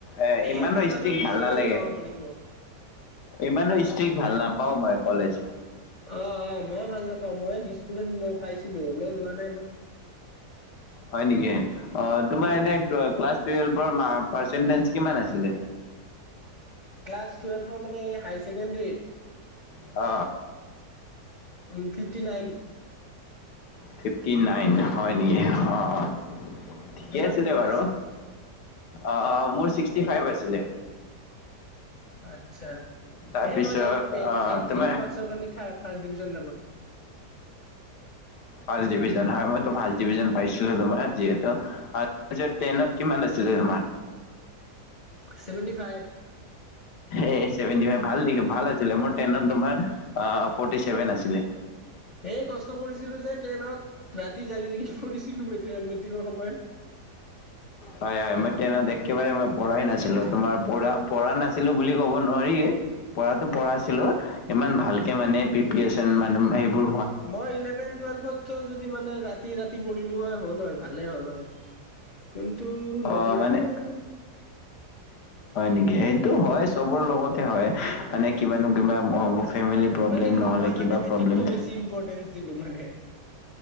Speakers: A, on the left; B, on the left.
A: এ ইমানো
B: এটা বাজৰ
A: ষ্ট্ৰিক
B: পিছতে
A: ভাল নালাগে।
B: ওলাব পাৰিব
A: ইমানো ষ্ট্ৰিক্ ভাল নাপাও মই কলেজ-
B: অ অ ময়ো ভাল নাপাওঁ ময়ে দৃষ্টতে পাইছিলো হলেও লোৱা নাই মই।
A: হয় নেকি অ তোমাৰ
B: উম
A: এনে ক্লাছ টুৱেলভৰ পাৰ্চচেটেজ কিমান আছিলে।
B: ক্লাছটুৱেলভৰ মানে হাইাৰ ছেকেণ্ডেৰীত-
A: অ,
B: উম ফিফ্টি নাইন।
A: ফিফটি নাইন হয় নেকি অ অ ঠিকে
B: তোমাৰ
A: আছিলে
B: কিমান
A: বাৰু।
B: আছিল
A: অঁ অঁ মোৰ ছিক্সটি ফাইভ আছিলে।
B: আচ্ছা,
A: তাৰপিছত
B: হে মই এক এক
A: অ'
B: এক
A: তোমাৰ
B: এক মাৰ্কচৰ কাৰণে ফাৰ্ষ্ট ডিভিজন নাপালোঁ।
A: ফাৰ্ষ্ট ডিভিজন হয়। মইতো ফাৰ্ষ্ট ডিভিজন পাইছিলো তোমাৰ। যিহেতু আৰু টেনত কিমান আছিলে তোমাৰ?
B: Seventy five.
A: এই ছেভেণ্টি ফাইভ ভাল দেখ ভাল আছিলে। মোৰ টেনত তোমাৰ ফ'ৰ্টি ছেভেন আছিলে।
B: এই কষ্ট কৰিছিলো যে টেনত। ৰাতি জাগি জাগি পঢ়িছিলোঁ মেটে মেট্ৰিকৰ সময়ত।
A: হয় হয়। মই টেনত একেবাৰে মই পঢ়াই নাছিলো। তোমাৰ পঢ়া পঢ়া নাছিলো বুলি কব নোৱাৰিয়ে। পঢ়াতো পঢ়াইছিলো ইমান ভালকে মানে প্ৰিপেৰেচন মানে এইবোৰ
B: মই ইলেভেন টুৱেলভতো যদি মানে ৰাতি ৰাতি পঢ়িলো হয়, হ'ল হ, ভালেই হ'ল হয়। কিন্তু নপঢ়িলো
A: অঁ মানে
B: আৰু।
A: হয় নেকি, সেইটো হয় চবৰ লগতে হয়। মানে কিবা নো কিবা ম ফেমিলি প্ৰব্লেম
B: মানে মই
A: নহ'লে
B: মই মানে
A: কিবা
B: মেট্ৰিকটো
A: প্ৰব্লেম থাকে।
B: বেছি ইম্পৰ্টেঞ্চ দিলোঁ মানে।